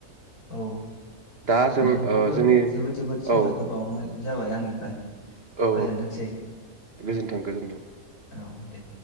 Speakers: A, on the left; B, on the right.
A: औ नोंथां
B: दा जों ओ
A: खौबो
B: जोंनि
A: जोबोद जोबोद
B: औ
A: साबायखर
B: औ
A: बावनो जाबाय आंनि फ्राय
B: औ
A: गोजोनथोंसै
B: गोजोन्थों गोजोन्थों
A: औ दे